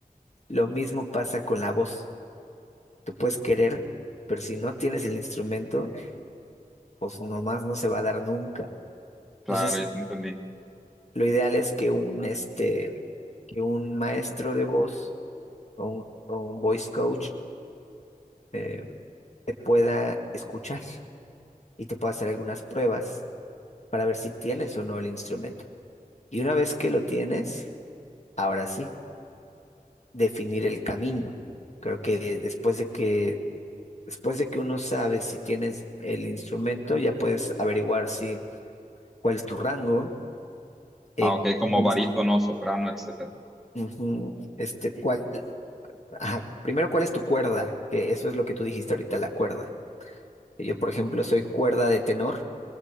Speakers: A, on the left; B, in the centre.
A: Lo mismo pasa con la voz. Tú puedes querer, pero si no tienes el instrumento, pues nomás no se va a dar nunca.
B: claro,
A: Entonces,
B: ya te entendí.
A: lo ideal es que un, este, que un maestro de voz o un, o un voice coach eh, te pueda escuchar y te pueda hacer algunas pruebas para ver si tienes o no el instrumento. Y una vez que lo tienes, ahora sí. definir el camino. Creo que después de que, después de que uno sabe si tienes el instrumento, ya puedes averiguar si cuál es tu rango, eh,
B: Ah, ok, como
A: cuál
B: barítono,
A: es,
B: soprano, etcétera.
A: ujú, este, cuál, ajá, primero cuál es tu cuerda, que eso es lo que tú dijiste ahorita, la cuerda. Yo, por ejemplo, soy cuerda de tenor,